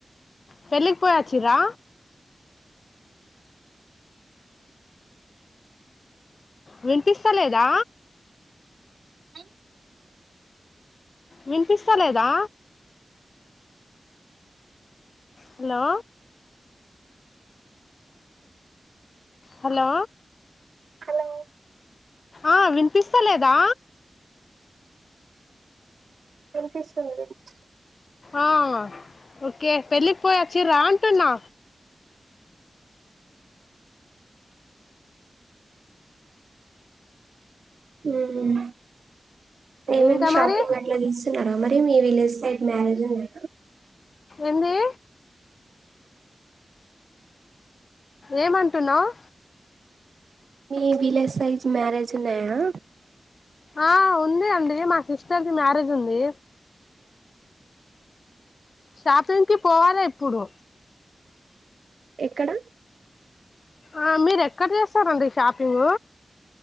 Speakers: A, on the left (about 55°); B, on the right (about 80°).
A: పెళ్ళికి పోయచ్చిర్రా వినిపిస్తా లేదా
B: అ
A: వినిపిస్తా లేదా హలో హలో
B: హలో
A: ఆ వినిపిస్తలేదా
B: వినిపిస్తుంది వినిపి
A: ఆ ఓకే పెళ్ళికి పోయోచ్చిర్రా అంటున్నా
B: హుం నేమేమి
A: ఇంకా
B: షాపింగ్
A: మరి
B: అట్లా తీస్ న్నారా మరి మీ విలేజ్ సైట్ మ్యారేజ్ ఉంది
A: ఏంది ఏమంటున్నావ్
B: మీ విలేజ్ సైజ్ మ్యారేజున్నాయా
A: ఆ ఉంది అండి మా సిస్టర్ ది మ్యారేజ్ ఉంది షాపంగ్కి పోవాలే ఇప్పుడు
B: ఎక్కడ
A: ఆ మీరు ఎక్కడ చేస్తారండి షాపింగ్